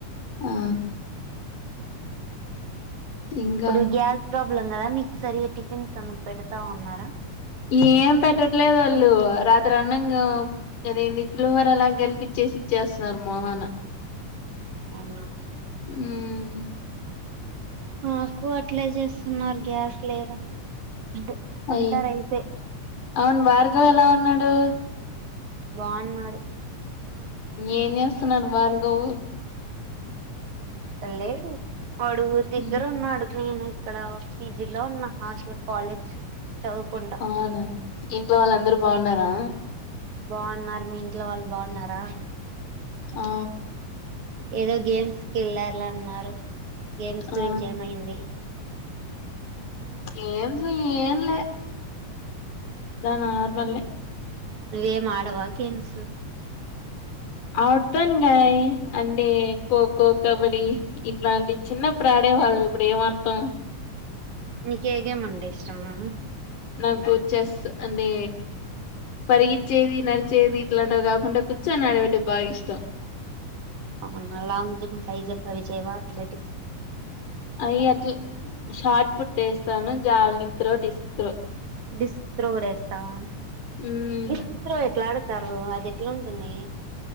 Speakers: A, on the left; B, on the right.
A: ఆ ఇంకా
B: ప్పుడు గ్యాస్ ప్రాబ్ లం కదా మీకు సరిగా టిఫిన్స్ అన్ని పెడతా ఉన్నారా
A: ఏం పెట్టట్లేదు వాళ్ళు రాత్రి అన్నంగా అదేంది పులిహోర లాగ కలిపిచ్చేసి ఇచ్చేస్తున్నారు మొహాన
B: అవునా
A: ఉమ్మ్
B: మాకు అట్లే చేస్తున్నారు గ్యాస్ లేదని డ్డు
A: అయి
B: అందరైతే
A: అవును భార్గవ్ ఎలా ఉన్నాడు
B: బావున్నాడు
A: ఏం చేస్తున్నాడు బార్గవ్
B: <unintelligible> లేేడు వాడు ఊరి దగ్గర
A: ఉమ్,
B: ఉన్నాడు నేను క్కడ పీజీ లో ఉన్న హాస్ట్ల కాలేజ్ చదువుకుంటా
A: అవునా ఇంట్లో వాళ్ళు అందరూ బావున్నారా
B: బావున్నారు మీ ఇంట్లో వాళ్ళు బావున్నారా
A: ఆ
B: ఏదో గేమ్స్ కి వెళ్ళార్ల అన్నారు గేమ్స్
A: ఆ
B: గురించి ఏమైంది
A: గేమ్సో ఏం లే తా నార్మల్ ఏ
B: నువ్వేం ఆడవా గేమ్స్
A: ఆడతాను గాయ్ అంటే ఖోఖో కబడి ఇట్లాంటి చిన్నప్పుడాడే వాళ్ళు ఇప్పుడు ఏమా <unintelligible> త <unintelligible>
B: మీకేగేమంటే ఇష్టం <unintelligible>
A: నాకు చెస్ అంటే పరిగి చ్చేది నడిచేది ఇట్లాంటివి కాకుండా కుచ్చోనటివంటే బాగిష్టం
B: అవునా లాంగ్ జంప్ హై జంప్ అవి చెయ్ వా అత్లెటిక్స్
A: అయి అట్ల షార్ట్ పుట్ ఏస్తాను javelin throw disc throw
B: disc throw కూడ ఏస్తావా
A: ఉమ్
B: డిస్క్ త్రో ఎట్ల అడక్ స్తారు అది ఎట్లుంటుంది